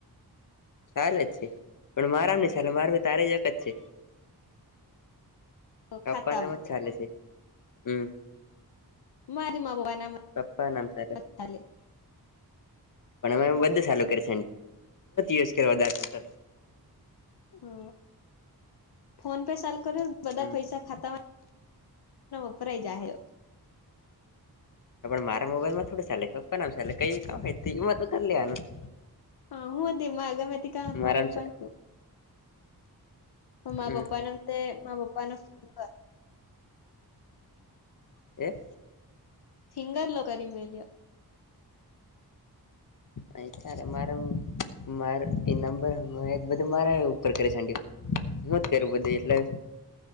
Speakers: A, on the left (about 55°); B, on the left (about 75°).
A: ચાલે જ છે પણ મારામ નહી ચાલે માર ભી તારે જ જ છે. પપ્પા
B: ખાતામાં
A: નામ જ ચાલે છે હમ.
B: મારી મા બાપાનાાલે
A: પપ્પા નામ સારા
B: <unintelligible>
A: પણ અમે બધું સારું કર યુઝ કર વધારે
B: ઓ ફોન પે ચાલ કરે બધા
A: હમ
B: પૈસા ખાતા વપરાય જહે
A: પણ મારા મોબાઈલમાં થોડું ચાલે પપ્પા નામ ચાલે કઈ કામ હોય એમાં તો કરી લેવાનું.
B: હા હું દી મા આગમેથીકા <unintelligible>
A: મારામ
B: મા પપા ક <inaudible> હ મા
A: હમ
B: પપ્પા નામ તે પપ્પા ના ફ <inaudible>
A: એ <unintelligible>
B: ફિંગર લો કરી મળ મેલ્યા્યો <inaudible>
A: અ ત્યારે મારે મારે એ નંબર બધું મારા ઉપર કરે છેંડ હું જ કરું બધું એટલે